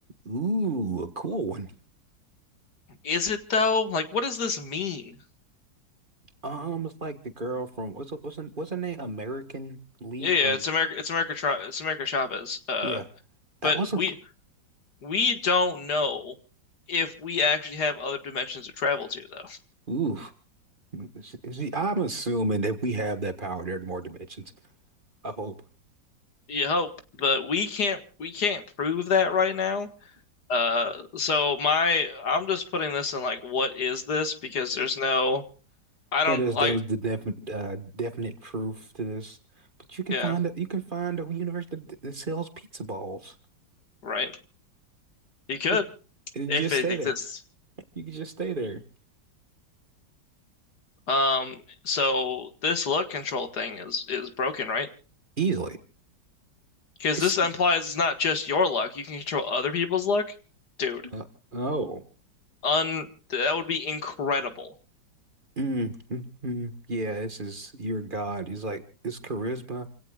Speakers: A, on the right; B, on the left.
A: Ooh, a cool one.
B: Is it though? Like, what does this mean?
A: Um, it's like the girl from what's her- what's her, what's her name? American Lee
B: Yeah,
A: from
B: yeah, it's America. It's America. Tra- It's America Chavez. Uh,
A: yeah. That
B: but
A: was
B: we
A: a
B: we don't know if we actually have other dimensions to travel to, though.
A: ooh. Is- is she- I'm assuming that we have that power. There are more dimensions. I hope
B: You hope, but we can't. We can't prove that right now. Uh, so my I'm just putting this in like, what is this? Because there's no. I don't
A: that is
B: like.
A: that was the definite uh, definite proof to this. But you can
B: Yeah,
A: find a, you can find a universe that, that sells pizza balls.
B: right. You could
A: <laughs> And
B: if
A: you just
B: it
A: stay
B: exists.
A: there. You can just stay there
B: Um, so this luck control thing is is broken, right?
A: easily.
B: Because
A: It's
B: this implies it's not just your luck. You can control other people's luck. Dude,
A: uh, oh.
B: un that would be incredible.
A: Mm, mm, mm. Yeah, this is your God. It's like it's charisma